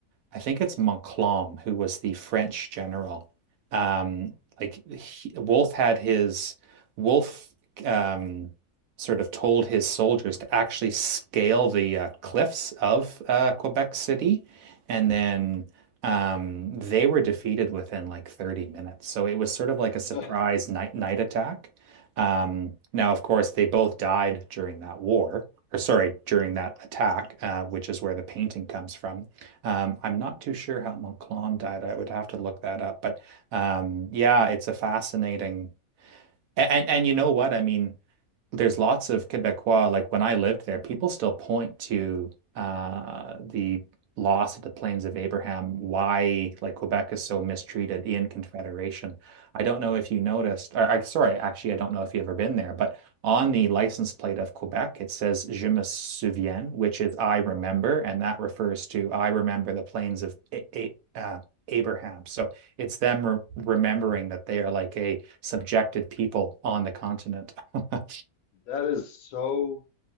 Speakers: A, on the right; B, on the left.
A: I think it's Montcalm who was the French general. Um, like he, Wolfe had his Wolfe um, sort of told his soldiers to actually scale the uh, cliffs of uh, Quebec City, and then um, they were defeated within like 30 minutes. So it was sort of like a surprise
B: uh,
A: night night attack. Um, now, of course, they both died during that war, or sorry, during that attack, uh, which is where the painting comes from. Um, I'm not too sure how Montcalm died. I would have to look that up. But um, yeah, it's a fascinating and, and and you know what? I mean, there's lots of Quebecois, like when I lived there, people still point to uh, the loss of the Plains of Abraham, why like Quebec is so mistreated in Confederation. I don't know if you noticed, or I, sorry, actually, I don't know if you've ever been there, but on the license plate of Quebec, it says Je me souviens, which is I remember, and that refers to I remember the Plains of A A- uh, Abraham. So it's them re remembering that they are like a subjected people on the continent. <laughs>
B: <laughs> that is so.